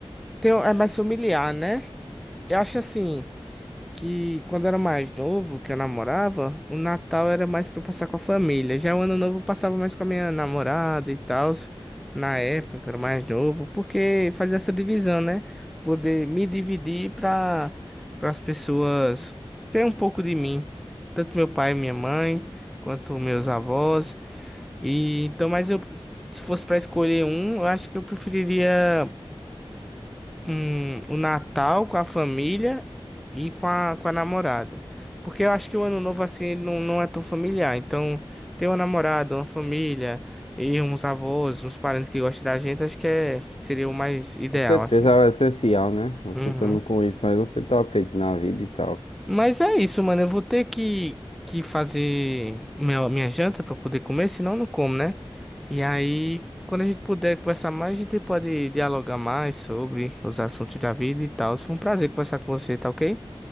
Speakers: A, in the centre; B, on the left.
A: tem, é mais familiar, né? Eu acho assim. que quando eu era mais novo, que eu namorava, o Natal era mais pra eu passar com a família. Já o Ano Novo eu passava mais com a minha namorada e tal, na época que eu era mais novo, porque fazia essa divisão, né? Poder me dividir pra, para as pessoas ter um pouco de mim, tanto meu pai e minha mãe, quanto meus avós. E então, mas eu se fosse pra escolher um, eu acho que eu preferiria um, o Natal com a família e com a, com a namorada. Porque eu acho que o Ano Novo, assim, ele não, não é tão familiar. Então, ter uma namorada, uma família e uns avós, uns parentes que gostam da gente, acho que é, seria o mais ideal,
B: Com certeza
A: assim.
B: é o essencial, né? Você
A: Uhum.
B: estando com isso aí, você tá feito na vida e tal.
A: Mas é isso, mano. Eu vou ter que, que fazer minha, minha janta pra poder comer, senão eu não como, né? E aí, quando a gente puder conversar mais, a gente pode dialogar mais sobre os assuntos da vida e tal. Foi um prazer conversar com você, tá ok?